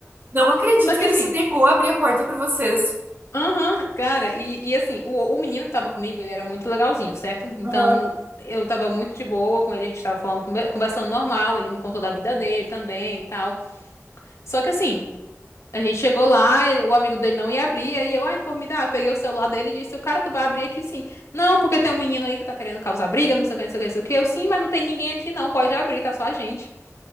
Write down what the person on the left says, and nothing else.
Só que
assim,
aham, cara, e, e assim, o, o menino que tava comigo, ele era muito legalzinho, certo? Então,
eu tava muito de boa com ele, a gente tava falando, conver- conversando normal, ele me contou da vida dele também e tal. Só que assim, a gente chegou lá, ele- o amigo dele não ia abrir, aí eu, ai, pô, me dá, eu peguei o celular dele e disse, o cara, tu vai abrir aqui sim. Não, porque tem um menino aí que tá querendo causar briga, não sei o que, não sei o que, não sei o que. Eu, sim, mas não tem ninguém aqui não, pode abrir, tá só a gente.